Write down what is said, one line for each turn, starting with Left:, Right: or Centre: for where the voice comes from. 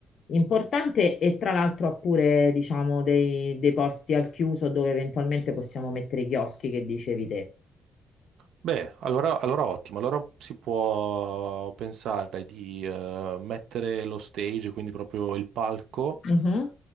Left: importante e tra l'altro ha pure, diciamo, dei, dei posti al chiuso dove eventualmente possiamo mettere i chioschi che dicevi te.
Right: Beh, allora, allora ottimo, allora si può pensare di eh, mettere lo stage, quindi proprio il palco,
Left: Mhm.